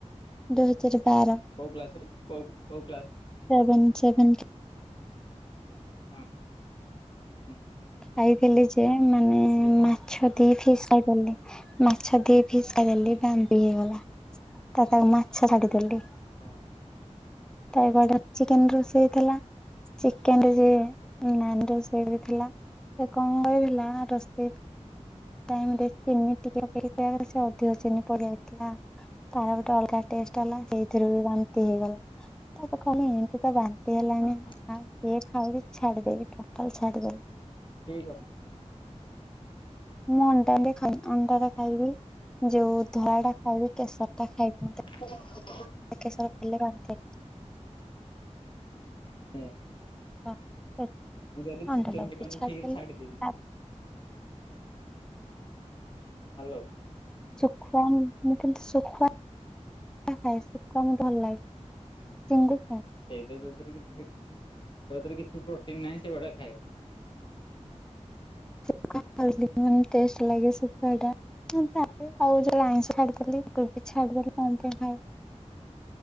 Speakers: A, in the centre; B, on the left.
A: ଦୁଇ ହ ଜାର ବାର
B: କୋଉ କ୍ଲାସ ରେ କୋଉ କୋଉ କ୍ଲାସ?
A: ସେଭେନ୍ ସେଭେନ କ୍
B: ହଁ ହୁଁ
A: ଖାଇଥିଲି ଯେ ମାନେ
B: ଯେ କଣ
A: ମାଛ ଦିଇ ପିସ ଖାଇପରିଲି ମାଛ ଦିଇ ଫିସ୍ ଖାଇଦେଲି
B: ହୁଁ
A: ବାନ୍ତି ହେଇଗଲା। ତ ତାକୁ ମାଛ ଛାଡିଦେଲି
B: ହଁ
A: ତାଇ ପଇଡ଼
B: ଓହୋ ହଁ
A: ଚିକେନ ରୋଷେଇ ଥିଲା ଚିକେନ ଯେ ନନଭେଜ୍ ଡେ ବି ଥିଲା ସେ କଣ ହେଇଥିଲା। ରୋଷେଇ ଟାଇମ୍ ରେ ଚିନି ଟିକେ ପକେଇକି ପିଇବା କଥା ସେ ଅଧିକ ଚିନି ପଡିଯାଇଥିଲା ତାର ଗୋଟେ ଅ ତା ଟେଷ୍ଟ ଅଲଗା ସେଇଥିରୁ ବି ନ୍ତି ହେଇଗଲା। ତାପ ଖାଲି ଏମିତି ତା ବାନ୍ତି ହେଲାନି
B: ହଁ
A: ଆଉ କିଏ ଖାଉଛି। ଛାଡ଼ିଦେବି ଟୋଟାଲ ଛାଡ଼ିଦେବି
B: ଠିକ ଅଛି।
A: ମୁଁ ଅଣ୍ଡା ହେଲେ ଖାଏ ଅଣ୍ଡାଟା ଖାଇବି ଯୋଉ ଧଳାଟା ଖାଇବି କେଶରଟା ଖାଇବିନି
B: <inaudible>
A: କେଶର ଖାଇଲେ ବାନ୍ତି
B: <unintelligible>
A: ହେଇଯିବ।
B: ମୁଁ ତ ଆଜି
A: ଅଣ୍ଡାଟାକୁ
B: ଚିକେନ ଦୋକାନ
A: ବି ଛାଡିଦେଲି।
B: ଟିକେ ଛାଡିଦେବି
A: ତା
B: ହାଲୋ
A: ଶୁ ଖୁ ମୁଁ କିନ୍ତୁ ଶୁଖ ଖାଇ ଶୁଖ ମୁ ଭଲ ଲାଗେ ଚିଙ୍ଗୁ
B: ସେଇଟ ଯଉଥିରେ କି? ତତରେ କି? କି ପ୍ରୋଟିନ ନାହିଁ ସେଇଗୁଡା ଖାଇବା
A: ଥିଲ ମେ ଲାଗେ ଶୁଖ ଟା ଖ ଛାଡ଼ିଦେଲି କୋବି ଛାଡ଼ିଦେଲି